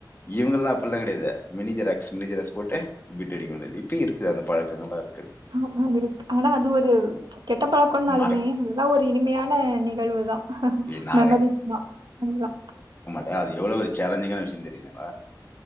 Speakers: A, on the left; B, on the right.
A: இவங்கெல்லா அப்டில்லா கெடையாது மினி ஜெராக்ஸ் மினி ஜெராக்ஸ் போட்டு பிட்டு அடிக்க வேண்டிது இப்பயு இருக்குது அந்த பழக்கங்க எல்லா இருக்குது
B: ஆமா இருக்கு ஆனா அது ஒரு கெட்ட பழக்கனாலுமே
A: மறக்
B: அது துல்லா ஒரு இனிமையான நிகழ்வு தா
A: நான்
B: மெமரிஸ் தா அதெல்லா
A: தா அது எவ்ளோ ஒரு சேலஞ்சிங்கான விஷ்யோன் தெரியுதுங்களா